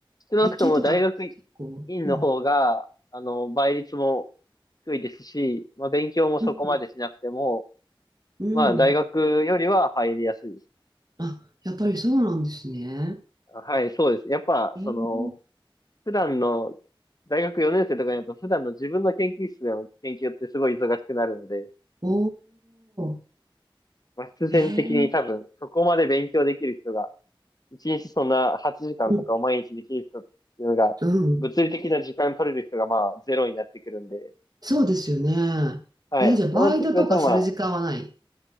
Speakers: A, on the left; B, on the right.
A: 少なくとも大学
B: 理系とか結構、
A: 院の方が、
B: うん、
A: あの、倍率も低いですし、まあ、勉強もそこまでしなくても、
B: うん、うん。
A: まあ、
B: うん
A: 大学よりは入りやすいです。
B: あ、やっぱりそうなんですね。
A: はい、そうです。やっぱ、
B: えー、
A: その、普段の、大学4年生とかになると、普段の自分の研究室での研究ってすごい忙しくなるので、
B: おー、
A: まあ、必然的に多分、
B: えー、
A: そこまで勉強できる人が、1日そんな8時間とかを毎日できる人っていうのが、
B: うん、うん。
A: 物理的な時間取れる人がまあ、ゼロになってくるんで、
B: そうですよね。
A: はい。
B: えー、じゃあバイトとかする時間はない
A: そうなってくると、まあ、